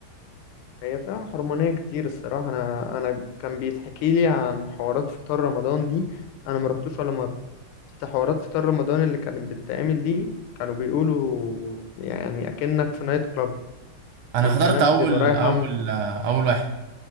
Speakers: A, on the left; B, on the right.
A: هي فيها حرمانية كتير الصراحة انا انا كان بيتحكي لي عن حوارات فطار رمضان دي انا ما رحتوش ولا مرة بس حوارات فطار رمضان اللي كانت بتتعمل دي كانوا بيقولوا يعني أكنك في نايت كلاب
B: أنا
A: البنات
B: حضرت أول
A: بتبقى رايحة
B: أول آه، أول واحد